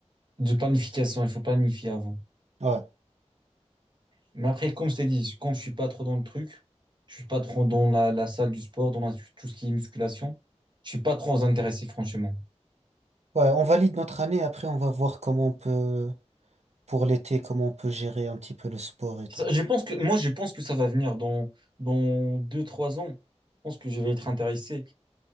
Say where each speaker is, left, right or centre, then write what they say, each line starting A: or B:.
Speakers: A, on the right (about 40°); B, on the right (about 70°).
A: De planification, il faut planifier avant.
B: Ouais.
A: Mais après, comme je t'ai dit, comme je suis pas trop dans le truc, je suis pas trop dans la, la salle du sport, dans la- tout ce qui est musculation, je suis pas trop intéressé, franchement.
B: Ouais, on valide notre année. Après, on va voir comment on peut, pour l'été, comment on peut gérer un petit peu le sport et
A: C'est
B: tout.
A: ça, Je pense que, moi, je pense que ça va venir dans, dans deux, trois ans. Je pense que je vais être intéressé.